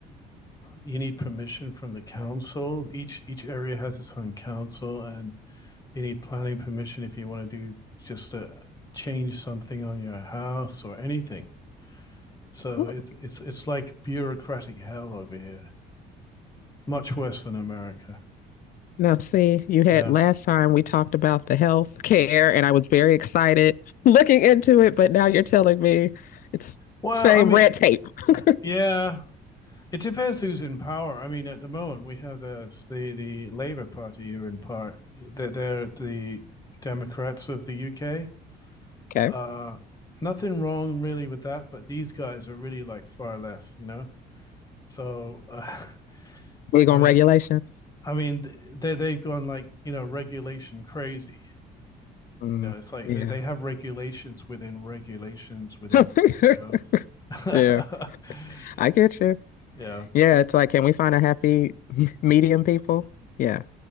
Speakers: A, on the left; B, on the left.
A: you need permission from the council. Each each area has its own council, and you need planning permission if you want to do just a change something on your house or anything. So
B: Ooh,
A: it's it's it's like bureaucratic hell over here, much worse than America.
B: Now, see, you had
A: Yeah.
B: last time we talked about the health care, and I was very excited <laughs> looking into it, but now you're telling me it's
A: Well,
B: same
A: I mean,
B: red tape. <laughs>
A: yeah, it depends who's in power. I mean, at the moment we have the the the Labour Party here in part. They're, they're the Democrats of the UK,
B: Okay.
A: Uh, nothing wrong really with that, but these guys are really like far left, you know. So uh, <laughs>
B: we on
A: I mean,
B: regulation.
A: I mean, th- they they've gone like you know regulation crazy.
B: Mm,
A: You know, it's like
B: yeah.
A: they, they have regulations within regulations within.
B: <laughs>
A: You know,
B: Yeah,
A: <laughs>
B: I get you.
A: yeah,
B: Yeah, it's like, can we find a happy <laughs> medium people? Yeah,